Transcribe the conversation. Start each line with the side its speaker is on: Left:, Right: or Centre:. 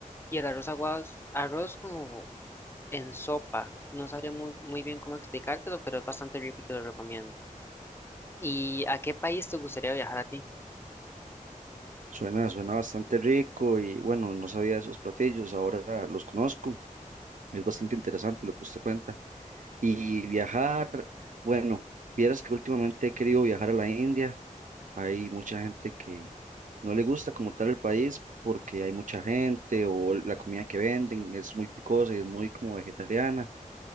Left: y el arroz aguado es arroz como en sopa. No sabría muy, muy bien cómo explicártelo, pero es bastante rico y te lo recomiendo. ¿Y a qué país te gustaría viajar a ti?
Right: Suena, suena bastante rico y bueno, no sabía de esos platillos, ahora los conozco. Es bastante interesante lo que usted cuenta. Y viajar, bueno, vieras que últimamente he querido viajar a la India. Hay mucha gente que no le gusta como tal el país porque hay mucha gente o la comida que venden es muy picosa y es muy como vegetariana.